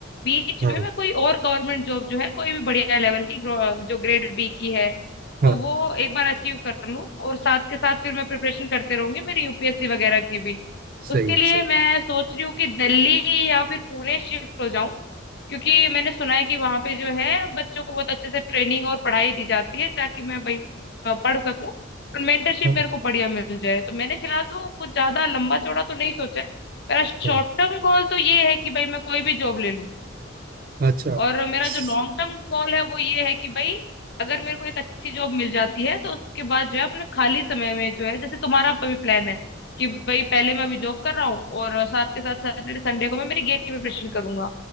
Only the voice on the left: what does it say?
बीच
में मैं कोई और गवर्नमेंट जॉब जो है कोई भी बढ़िया लेवल की ग्रो- जो ग्रेड बी की है
तो वो एक बार अचीव कर लूँ और साथ के साथ फिर मैं प्रिपरेशन करते रहूंगी मेरी यूपीएससी वगैरह की भी
उसके लिए
मैं सोच रही हूँ कि दिल्ली या फिर पुणे शिफ्ट हो जाऊं क्योंकि मैंने सुना है कि वहां पे जो है बच्चों को बहुत अच्छे से ट्रेनिंग और पढ़ाई दी जाती है ताकि मैं भाई अ, पढ़ सकूं और मेंटरशिप
मेरे को बढ़िया मिल जाए तो मैंने फिलहाल तो कुछ ज्यादा लंबा चौड़ा तो नहीं सोचा है मेरा
शॉर्ट टर्म गोल तो ये है कि भाई मैं कोई भी जॉब ले लूं
और मेरा
जो लॉन्ग टर्म गोल है वो ये है कि भाई अगर मेरे को एक अच्छी जॉब मिल जाती है तो उसके बाद जो है अपने खाली समय में जो है जैसे तुम्हारा अभी प्लान है कि भाई पहले मैं अभी जॉब कर रहा हूँ और साथ के साथ सैटरडे संडे को मैं मेरी गेट की प्रिपरेशन करूंगा